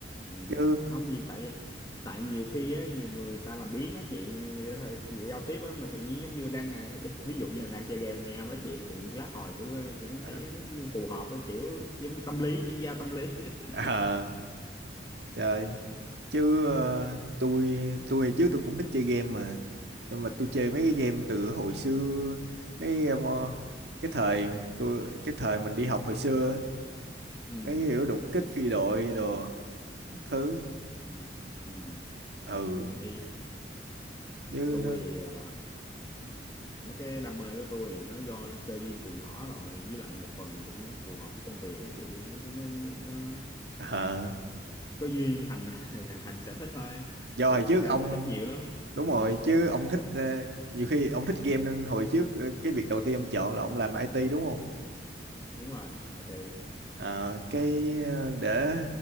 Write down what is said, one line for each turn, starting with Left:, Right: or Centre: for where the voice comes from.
Left: Ừ.
Right: chứ
Left: không nhiều tại tại nhiều khi á, nhiều người ta làm biếng nói chuyện thôi, giao tiếp á, mà tự nhiên giống như đang nè ví dụ như là đang chơi game nghe em nói chuyện thì lát hồi cũng ờ, cũng
Right: ờ
Left: thấy giống như phù hợp với kiểu giống như tâm lý chuyên gia tâm lý <laughs>
Right: ờ, trời chứ ờ, tôi tôi trước tôi cũng thích chơi game mà nhưng mà tôi
Left: ừ
Right: chơi mấy cái game từ hồi xưa mấy cái game, ờ, cái thời tôi cái thời mình đi học hồi xưa á,
Left: ừ
Right: mấy cái kiểu đục kích phi đội đồ các thứ
Left: ừ, ừ.
Right: ừ
Left: hay
Right: chứ
Left: tôi
Right: nó
Left: thì ờ, mấy cái đam mê của tôi thì nó do nó cơ duyên từ nhỏ rồi với lại một phần cũng phù hợp với công việc á chị nó, nó, nó
Right: ờ
Left: có duyên thành <laughs> thành sở thích thôi chứ,
Right: do
Left: chứ
Right: hồi trước
Left: thực ra
Right: ông
Left: tôi thích nhiều lắm
Right: đúng rồi
Left: ừ,
Right: chứ ông thích ờ, nhiều khi ông thích game nên hồi trước ờ, cái việc đầu tiên ông chọn là ông làm IT đúng không
Left: đúng rồi IT
Right: Ờ, cái ờ, để